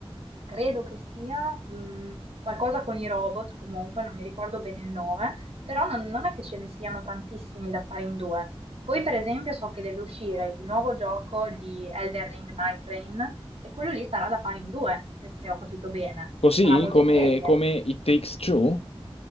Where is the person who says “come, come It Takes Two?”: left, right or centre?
Left